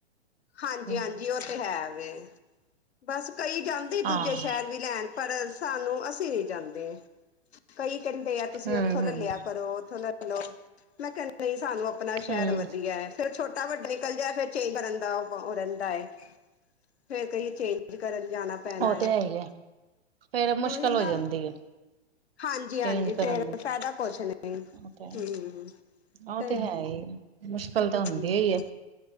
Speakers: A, on the left; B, on the right.
A: ਹਾਂਜੀ
B: ਹਮ
A: -ਹਾਂਜੀ, ਉਹ ਤੇ ਹੈ ਵੈ, ਬਸ ਕਈ ਜਾਂਦੇ ਈ ਦੂਜੇ
B: ਹਾਂ
A: ਸ਼ਹਿਰ ਵੀ ਲੈਣ, ਪਰ ਸਾਨੂੰ, ਅਸੀਂ ਨੀ ਜਾਂਦੇ, ਕਈ ਕਹਿੰਦੇ ਆ ਤੁਸੀਂ
B: ਹਮ
A: ਉੱਥੋਂ ਲੈ
B: ਹਮ
A: ਲਿਆ ਕਰੋ, ਉੱਥੋਂ ਲੈ ਲਉ, ਮੈਂ ਕਿਹਾ ਨਹੀਂ ਸਾਨੂੰ, ਆਪਣਾ ਸ਼ਹਿਰ
B: ਹਮ
A: ਵਧੀਆ ਹੈ। ਫੇਰ, ਛੋਟਾ- ਵੱਡਾ, ਨਿਕਲ ਜਾਏ, ਫੇਰ ਚੇਂਜ ਕਰਨ ਦਾ ਉਹ ਰਹਿੰਦਾ ਹੈ। ਫੇਰ ਕਹੀਏ ਚੇਂਜ ਕਰਨ ਜਾਣਾ, ਪੈਣਾ
B: ਉਹ
A: ਹੈ,
B: ਤੇ ਹੀ ਫੇਰ ਮੁਸ਼ਕਿਲ
A: ਉਹੀ ਨਾ।
B: ਹੋ ਜਾਂਦੀ ਹੈ
A: ਹਾਂਜੀ- ਹਾਂਜੀ
B: ਚੇਂਜ ਕਰਨ
A: ਫੇਰ,
B: ਦੀ
A: ਫਾਇਦਾ ਕੁਛ ਨਹੀਂ,
B: ਉਹ ਤੇ ਹੈ
A: ਹਮ
B: ਉਹ
A: ਫੇਰ?
B: ਤੇ ਹੈ ਹੀ ਮੁਸ਼ਕਿਲ ਤਾਂ ਹੁੰਦੀ
A: ਹਮਮ।
B: ਹੀ ਹੈ